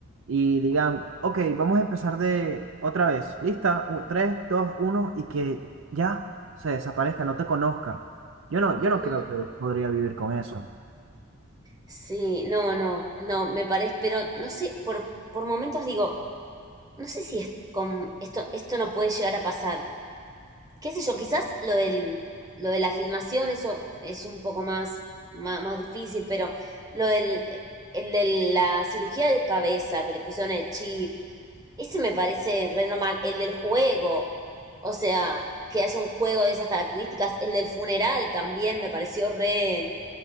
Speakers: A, on the right (about 60°); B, on the right (about 15°).
A: y digan, ok, vamos a empezar de otra vez. Lista, U- tres, dos, uno, y que ya se desaparezca, no te conozca. Yo no,
B: Mm,
A: yo no creo que podría vivir con eso.
B: Sí, no, no, no, me parece, pero no sé, por, por momentos digo, no sé si es con, esto, esto no puede llegar a pasar. qué sé yo, quizás lo del, lo de la filmación, eso es un poco más, más, más difícil, pero lo del, el de la cirugía de cabeza que le pusieron el chip, ese me parece re normal. El del juego, o sea, que haya un juego de esas características, el del funeral también me pareció re